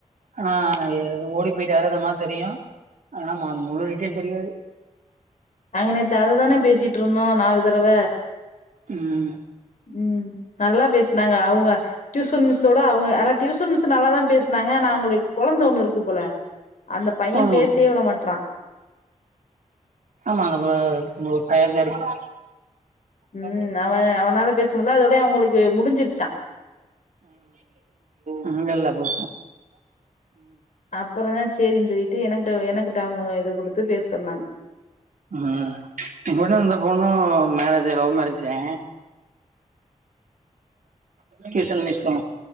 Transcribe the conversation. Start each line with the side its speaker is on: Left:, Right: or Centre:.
Right: ஆனா ஓடி இது போயிட்டாருங்கற மார தெரியு ஆனா ம முழு டீட்டெய்ல் தெரியாது.
Left: நாங்க நேத்து அததான பேசிட்டு இருந்தோ நாலு தடவ
Right: ம்
Left: ம் நல்லா பேசுனாங்க அவுங்க டியூசன் மிஸ்சோட அவங்க ஆனா டியூஷன் மிஸ்ஸு நல்லாதா பேசு னாங்க ஆனா அவுங்களுக்கு கொழந்த ஒண்ணு இருக்கு போல அந்த பைய
Right: ஆமா
Left: பேசவே விட மாட்றா.
Right: ஆமா அது ஆ அவுங்களுக்கு கொழந்த இருக்கு.
Left: ம்
Right: ஆ
Left: அவ அவனால பேச முடில அதோடயே அவுங்களுக்கு முடிஞ்சிருச்சா
Right: அவங்கல்ல ஓஹோ
Left: அப்புறம்தா சேரின்னு சொல்லிட்டு எனக்கிட்ட எனக்கிட்ட அவங்க இத குடுத்து பேச சொன்னாங்க.
Right: ஆ ஹா <unintelligible> இருந்த பொண்ணும் மேரே ஜ் லவ் மேரேஜுதே. டியூசன் மிஸ்ஸு